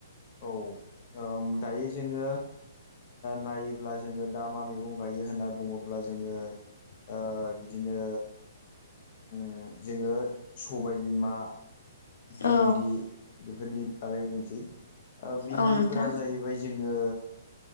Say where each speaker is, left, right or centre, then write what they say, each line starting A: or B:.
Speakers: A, on the left; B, on the left.
A: औ ओम दायो जोङो नायोब्ला जोङो दा मा मैगं गायो होनना बुङोब्ला जोङो ओ बिदिनो ओम जोङो सबाय बिमा भिन्दि
B: औ नोंथां औ
A: बेफोरनि बागै बुंसै ओ भिन्दिफोरा
B: औ नोंथां
A: जाहैबाय ज जोङो